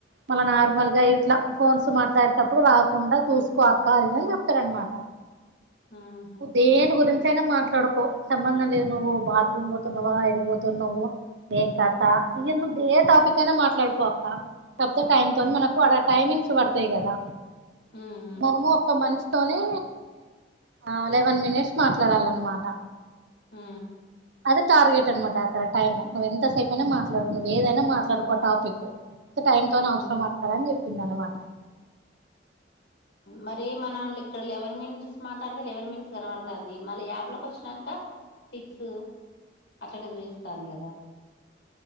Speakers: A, on the right (about 65°); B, on the left (about 60°).
A: మళ నార్మల్ గా ఇట్లా ఫోన్స్ మాట్లాడేటప్పుడు రాకుండా చూసుకో అక్కాలి అని చె తన్మాట
B: ఉమ్,
A: ఉదేని గురించనా మాత్ర మాట్లాడుకో సంబంధం లేదు నువ్వు బాత్రూమ్ పోతున్నావా ఎడిపోతున్నా నువ్వు ఏం కస్తా ఇ నువ్వు ఏ టాపిక్ అయినా మాట్లాడుకో అక్క తతే టైమ్ తో
B: ఉమ్,
A: మనకు టైమింగ్స్ పడు స కదా
B: ఉమ్,
A: మనము ఒత్త మనస్తా తనే అలెవెన్ మినిట్స్ మాట్లాడాల అన్నమాట
B: ఆ
A: అదే టార్గెట్ అనమాట అక్కడ టైమ్ నువ్్వ ఎంతసేపుైనా మాట్లాడు నువ్వు ఏదైనా మాట్లాడుకో టాపిక్ టైమ్ తో
B: ఉమ్.
A: అవసరం అట్క్కడ అని చెప్పి పిల్లాల మాటా
B: మరి మనం ఇక్కడలెవర్ మీన్స్ మాట్లాడతే లెవర్ మీన్స్ కనబడుతంది మళ్ళీ యాప్లోకి వచ్చినాక సిక్స్ అట్లనే చూస్తంది కదా